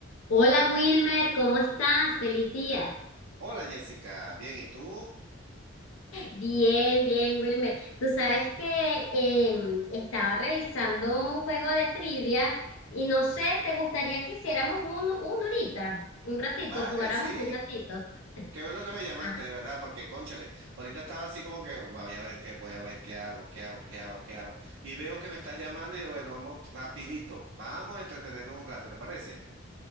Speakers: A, on the left (about 80°); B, on the right (about 80°).
A: Hola Wilmer, ¿cómo estás? Feliz día.
B: Hola Jessica, bien, ¿y tú?
A: Bien, bien, Wilmer. Tú sabes que em, estaba revisando un juego de trivia y no sé, ¿te gustaría que hiciéramos uno, uno ahorita? Un ratito,
B: Vale,
A: jugáramos
B: sí,
A: un ratito. <laughs>
B: qué bueno que me llamaste,
A: Ah,
B: de verdad, porque cónchale, ahorita estaba así como que voy a ver qué, voy a ver qué hago, qué hago, qué hago, qué hago. Y veo que me estás llamando y digo, bueno, vamos rapidito, vamos a entretenernos un rato, ¿te parece?